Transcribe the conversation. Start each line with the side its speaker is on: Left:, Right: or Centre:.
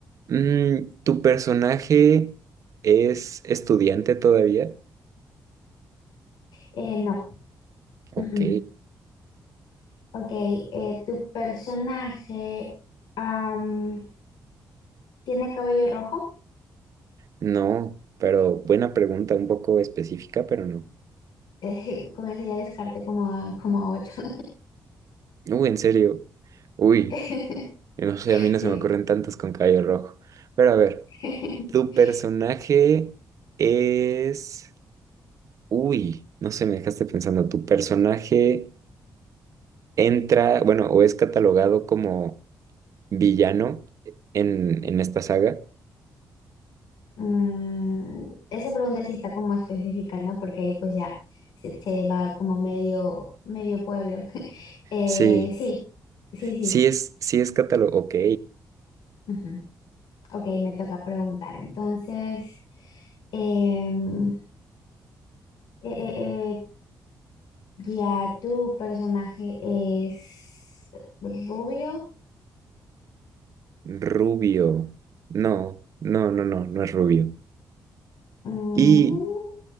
Right: Mm, ¿tu personaje es estudiante todavía?
Left: Eh, no. mm,
Right: Ok,
Left: mm. Ok, eh, ¿tu personaje am, tiene cabello rojo?
Right: no, pero buena pregunta, un poco específica, pero no.
Left: Eh, <laughs> con eso ya descarte como a, como a ocho.
Right: Uy, en serio. Uy,
Left: <laughs>
Right: no sé, a mí
Left: Sí.
Right: no se me ocurren tantos con cabello rojo. Pero a ver,
Left: <laughs>
Right: ¿tu personaje es... Uy, no sé, me dejaste pensando, ¿tu personaje entra, bueno, o es catalogado como villano en, en esta saga?
Left: Mm, esa pregunta sí está como específica, ¿no? Porque ahí pues ya se, se va como medio, medio pueblo. <laughs> Eh,
Right: Sí.
Left: sí, sí, sí.
Right: Sí es, sí es catálogo, ok.
Left: Ujú. Ok, me toca preguntar. Entonces, em, eh, eh, eh, ya tu personaje es rubio.
Right: Rubio. No, no, no, no, no es rubio.
Left: Mm,
Right: Y